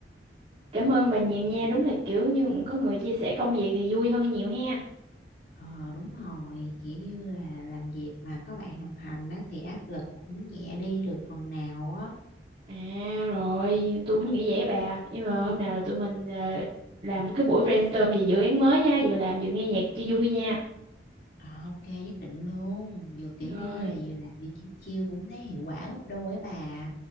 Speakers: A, on the right; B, on the left.
A: Cảm ơn bà nhiều nha. Đúng là kiểu như có người chia sẻ công việc thì vui hơn nhiều ha.
B: Ờ đúng rồi, kiểu như là làm việc mà có bạn đồng hành á thì áp lực cũng nhẹ đi được phần nào á.
A: À rồi, tôi cũng nghĩ vậy á bà. Nhưng mà hôm nào tụi mình ờ, làm cái buổi brainstorm về dự án mới nha. Vừa làm vừa nghe nhạc cho vui nha.
B: Ờ, ok nhất định luôn, vừa kiểu
A: Rồi,
B: như là vừa làm vừa chiêu chiêu cũng thấy hiệu quả gấp đôi á bà.